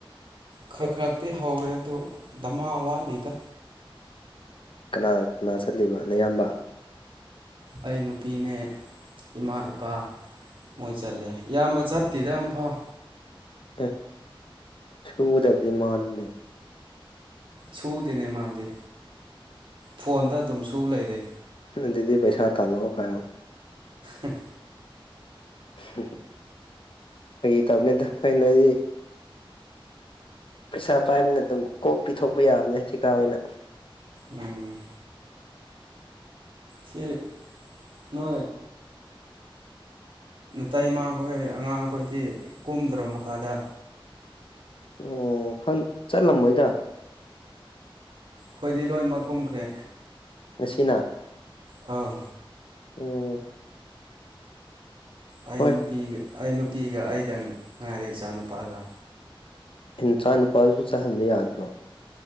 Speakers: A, on the right; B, on the left.
A: ꯈꯔ ꯈ꯭ꯔꯛꯇꯤ ꯍꯧꯔꯦ ꯑꯗꯨ ꯗꯃꯥ ꯋꯥꯠꯂꯤꯗ
B: ꯀꯅꯥ ꯀꯅꯥ ꯆꯠꯂꯤꯕ ꯅꯌꯥꯝꯕ
A: ꯑꯩ ꯅꯨꯄꯤꯅꯦ ꯏꯃꯥ ꯏꯄꯥ ꯃꯣꯏ ꯆꯠꯂꯦ ꯏꯌꯥꯝꯕ ꯆꯠꯇꯦꯗ ꯑꯝꯐꯥꯎ
B: ꯑꯦ ꯁꯨꯒꯗꯕꯗꯤ ꯃꯥꯅꯤꯅꯦ
A: ꯁꯨꯗꯦꯅꯦ ꯃꯥꯗꯤ ꯐꯣꯟꯗ ꯑꯗꯨꯝ ꯁꯨ ꯂꯩꯔꯦ
B: ꯗꯤꯗꯤ ꯄꯩꯁꯥ ꯊꯥꯂꯣ ꯈꯣ
A: ꯎ
B: ꯎꯝ ꯑꯩꯈꯣꯏꯒꯤ ꯇꯧꯕꯅꯤꯗ ꯑꯩꯣꯏ ꯅꯣꯏꯗꯤ ꯄꯩꯁꯥ ꯄꯥꯏꯕꯅ ꯑꯗꯨꯝ ꯀꯣꯛ ꯄꯤꯊꯣꯛꯄ ꯌꯥꯕꯅꯦ ꯊꯤꯀꯥ ꯑꯣꯏꯅ
A: ꯎꯝ ꯆꯦ ꯅ ꯇꯩꯥꯏ ꯏꯃꯥꯈꯣꯏ ꯑꯉꯥꯡꯈꯣꯏꯗꯤ ꯀꯣꯝꯗ꯭ꯔꯣ ꯃꯈꯥꯗ
B: ꯑꯣ ꯆꯠꯂꯝꯕꯣꯏꯗ
A: ꯍꯣꯏꯗꯤ ꯂꯣꯏꯃꯛ ꯀꯨꯝꯈ꯭ꯔꯦ
B: ꯃꯁꯤꯅ
A: ꯑꯥ
B: ꯎꯝ
A: ꯑꯩ
B: ꯍꯣꯏ
A: ꯅꯨꯄꯤꯒ ꯑꯩ ꯅꯨꯄꯤꯒ ꯑꯩꯗꯪ ꯉꯥꯏꯔꯦ ꯏꯆꯥ ꯅꯨꯄꯥꯒ
B: ꯑꯦ ꯅꯨꯆꯥ ꯅꯨꯄꯥꯗꯨꯁꯨ ꯆꯥꯍꯟꯕ ꯌꯥꯗ꯭ꯔꯣ